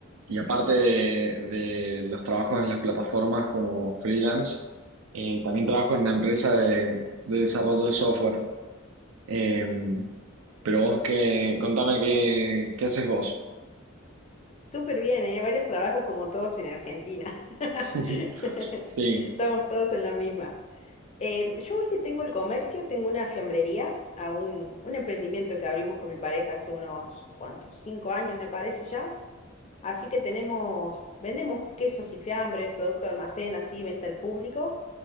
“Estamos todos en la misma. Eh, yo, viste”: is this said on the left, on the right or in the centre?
Left